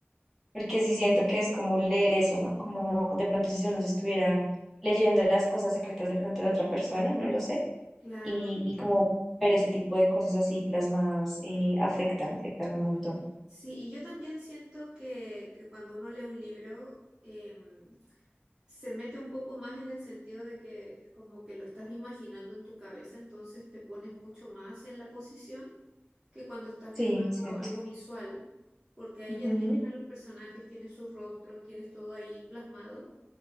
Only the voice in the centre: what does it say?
porque sí siento que es como leer eso, ¿no? Como de pronto si uno se estuviera leyendo las cosas secretas de pronto de otra persona, no lo sé,
y, y como ver ese tipo de cosas así plasmadas eh, afectan, afectan un montón.
Sí,
cierto.
Ujú,